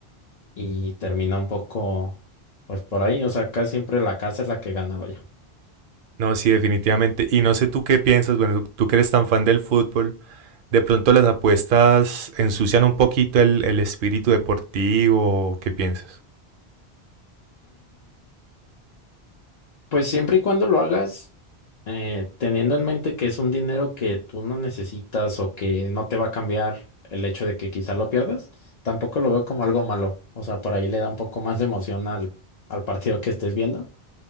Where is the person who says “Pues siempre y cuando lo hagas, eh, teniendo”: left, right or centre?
Left